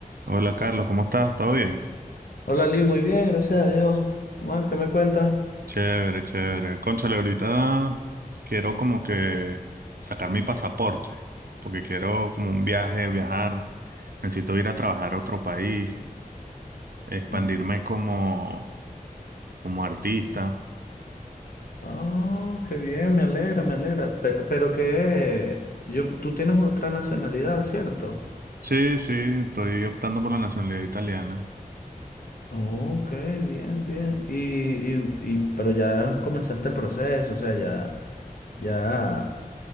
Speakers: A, on the right (about 85°); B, on the left (about 80°).
A: Hola Carlos, ¿cómo estás? ¿Todo bien?
B: Hola Lee, muy bien, gracias a Dios. ¿Qué más? ¿Qué me cuentas?
A: Chévere, chévere. Cónchale, ahorita quiero como que sacar mi pasaporte, porque quiero como un viaje, viajar. Necesito ir a trabajar a otro país, expandirme
B: Mm.
A: como, como artista.
B: Ah, qué bien, me alegra, me alegra. Pe- Pero, que yo, tú tienes otra nacionalidad, ¿cierto?
A: Sí, sí, estoy optando por la nacionalidad italiana.
B: Ok, bien, bien. Y, y, y- pero ya comenzaste el proceso, o sea, ya, ya